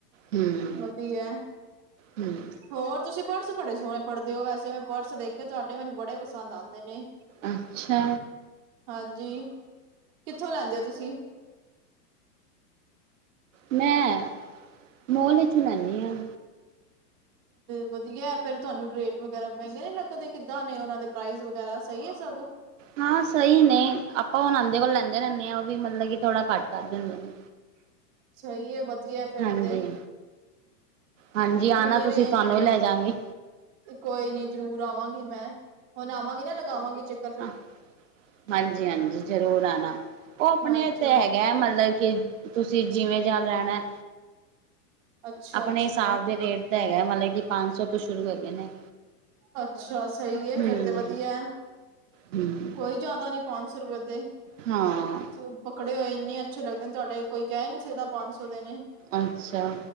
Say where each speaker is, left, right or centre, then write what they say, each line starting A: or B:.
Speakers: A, on the right; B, on the right.
A: ਹਮ
B: ਵਧੀਆ।
A: ਹਮ
B: ਹੋਰ ਤੁਸੀਂ ਪਰਸ ਬੜੇ ਸੋਣੇ ਫੜਦੇ ਓ ਵੈਸੇ। ਮੈਂ ਪਰਸ ਦੇਖੇ ਤੁਆਡੇ ਮੈਨੂੰ ਬੜੇ ਪਸੰਦ ਆਂਦੇ ਨੇ।
A: ਅੱਛਾ।
B: ਹਾਂਜੀ, ਕਿੱਥੋਂ ਲੈਂਦੇ ਓ ਤੁਸੀਂ?
A: ਮੈਂ, ਮੋਲ ਵਿੱਚੋ ਲੈਣੀ ਆਂ।
B: ਵਧੀਆ ਫੇਰ ਤੁਆਨੂੰ ਰੇਟ ਵਗੈਰਾ ਮੈਂਗੇ ਨੀ ਲੱਗਦੇ। ਕਿੱਦਾਂ ਨੇ ਓਨਾਂ ਦੇ ਪ੍ਰਾਈਜ਼ ਵਗੈਰਾ ਸ‌ਈ ਏ ਸਭ।
A: ਹਾਂ ਸ‌ਈ ਨੇ, ਆਪਾਂ ਹੁਣ ਐਦੇ ਕੋਲ ਲੈਂਦੇ ਰੈਂਦੇ ਆਂ ਓ ਵੀ ਮਲਬ ਕੀ ਥੋੜਾ ਘੱਟ ਕਰ ਦਿੰਦੇ ਨੇ।
B: ਸ‌ਈ ਏ ਵਧੀਆ ਫੇਰ
A: ਹਾਂਜੀ
B: ਤੇ।
A: ਹਾਂਜੀ
B: ਕਿੰਨੀ
A: ਆਨਾ ਤੁਸੀਂ
B: ਰੇਂਜ
A: ਤੁਆਨੂੰ ਵੀ ਲੈ ਜਾਂਗੀ।
B: ਕੋਈ ਨੀ ਜਰੂਰ ਆਵਾਂਗੀ ਮੈਂ। ਹੁਣ ਆਵਾਂਗੀ ਨਾ ਲਗਾਵਾਂਗੀ ਚਕ-
A: ਅ, ਹਾਂਜੀ ਹਾਂਜੀ ਜ਼ਰੂਰ ਆਣਾ, ਓ ਆਪਣੇ
B: ਹਾਂਜੀ
A: ਤੇ ਹੈ- ਗਾ, ਮਲਬ ਕੀ ਤੁਸੀਂ ਜਿਵੇਂ ਜਾ ਲੈਣਾ
B: ਅੱਛਾ
A: ਆਪਣੇ
B: ਅੱਛਾ
A: ਹਿਸਾਬ ਦੇ ਰੇਟ ਦਾ ਹੈਗਾ। ਮਲਬ ਕੀ ਪੰਜ ਸੌ ਤੋਂ ਸ਼ੁਰੂ ਹੈਗੇ ਨੇ।
B: ਅੱਛਾ ਸ‌ਈ ਏ
A: ਹੂੰ
B: ਫੇਰ ਤੇ ਵਧੀਆ ਐ।
A: ਹੂੰ
B: ਕੋਈ ਜਾਦਾ ਨੀ ਪੰਜ ਸੌ ਰੁਪਏ ਤੇ।
A: ਹਾਂ
B: ਪਕੜੇ ਹੋਏ ਇੰਨੇ ਅੱਛੇ ਲੱਗਦੇ ਨੇ ਤੁਆਡੇ, ਕੋਈ ਕੈ ਨੀ ਸਕਦਾ ਪੰਜ ਸੌ ਦੇ ਨੇ।
A: ਅੱਛਾ,